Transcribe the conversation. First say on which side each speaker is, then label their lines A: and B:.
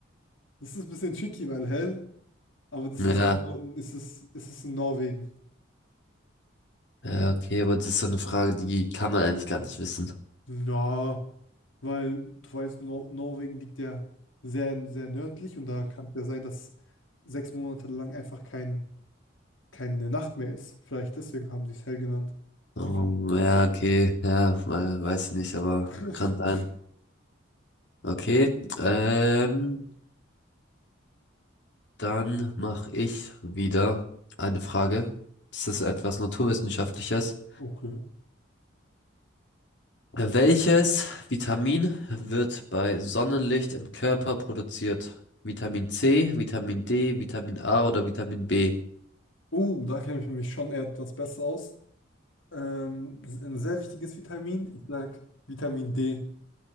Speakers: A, on the left (about 80°); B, on the left (about 60°).
A: Das ist ein bisschen tricky, weil hell, aber das
B: Ja,
A: ist, in Nor- ist es, ist es in Norwegen.
B: ja, okay, aber das ist so eine Frage, die kann man eigentlich gar nicht wissen.
A: Na, weil du weißt, Nor Norwegen liegt ja sehr, sehr nördlich und da kann es ja sein, dass sechs Monate lang einfach kein, keine Nacht mehr ist. Vielleicht deswegen haben sie es hell genannt.
B: Ähm, ja, okay, ja, we- weiß ich nicht, aber
A: <laughs>
B: kann sein. Okay, ähm, Dann mache ich wieder eine Frage. Das ist etwas Naturwissenschaftliches.
A: Okay.
B: Welches Vitamin wird bei Sonnenlicht im Körper produziert? Vitamin C, Vitamin D, Vitamin A oder Vitamin B?
A: Oh, da kenne ich mich schon etwas besser aus. Ähm, ein sehr wichtiges Vitamin, ich sag Vitamin D.